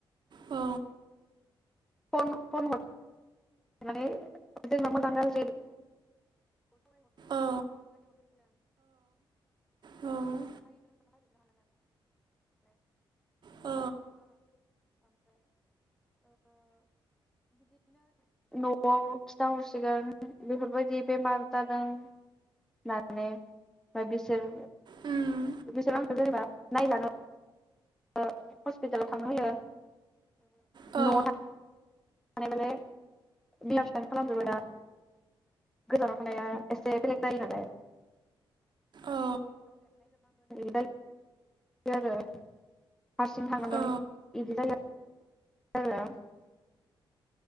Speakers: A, on the right; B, in the centre.
A: औ
B: फन फन हर माने जेनेबा
A: औ औ औ औ
B: <inaudible> न'आव खिथाहरसिगोन बेफोरबायदि बेमार जादों माने ओमफ्राय बिसोर
A: उम
B: बिसोर आंखौ जेनेबा <unintelligible> <inaudible> हस्पिटालाव थांनो होयो
A: औ
B: <inaudible> थानाय माने <unintelligible> खालामजोबो दा गोजानाव थानाया एसे बेलेग जायो
A: औ
B: <inaudible> <inaudible> <inaudible> बिदि आरो हारसिं थानांगोन
A: औ
B: बिदि जायो। <inaudible>